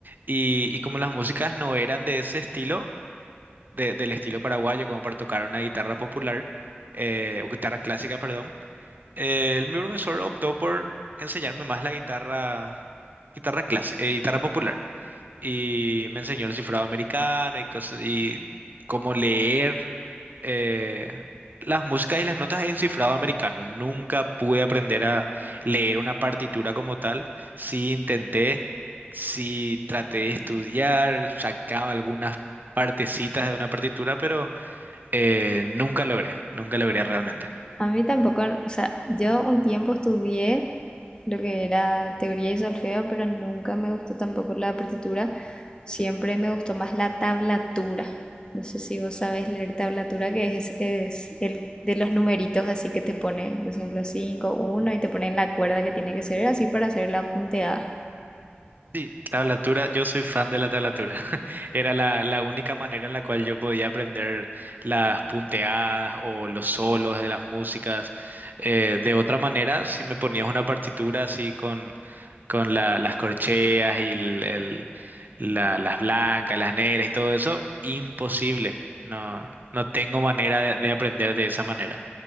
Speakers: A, on the right; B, on the left.
A: Y, y como las músicas no eran de ese estilo, de- del estilo paraguayo, como para tocar una guitarra popular, eh, o guitarra clásica, perdón, eh, mi profesor optó por enseñarme más la guitarra, guitarra clásica, eh, guitarra popular y me enseñó el cifrado americano y cosas, y cómo leer eh, las músicas y las notas en cifrado americano. Nunca pude aprender a leer una partitura como tal. Sí intenté, sí traté de estudiar, sacaba algunas partecitas de una partitura, pero eh, nunca logré, nunca logré realmente.
B: A mí tampoco, o sea, yo un tiempo estudié lo que era teoría y solfeo, pero nunca me gustó tampoco la partitura. Siempre me gustó más la tablatura. No sé si vos sabés leer tablatura, que es, es el de los numeritos, así que te pone, por ejemplo, cinco uno y te pone en la cuerda que tiene que ser, así para hacer la punteada.
A: Sí, tablatura, yo soy fan de la tablatura. Era la, la única manera en la cual yo podía aprender las punteadas o los solos de las músicas. Eh, de otra manera, si me ponías una partitura así con, con la- las corcheas y el- el- la- las blancas, las negras y todo eso, imposible. No, no tengo manera de, de aprender de esa manera.